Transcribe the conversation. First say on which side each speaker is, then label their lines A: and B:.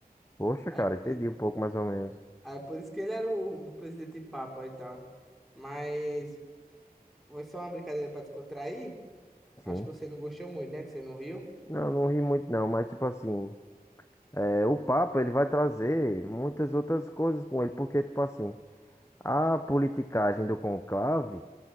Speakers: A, on the left; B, in the centre.
A: Poxa,
B: Aí
A: cara,
B: é por,
A: entendi
B: i-
A: um pouco mais ou menos.
B: aí é por isso que ele era o, o presidente papa e tal. Mas foi só uma brincadeira pra descontrair.
A: Sim.
B: Acho que você não gostou muito, né? Que você não riu.
A: Não, não ri muito não, mas tipo assim, é, o Papa ele vai trazer muitas outras coisas com ele, porque tipo assim, a politicagem do conclave,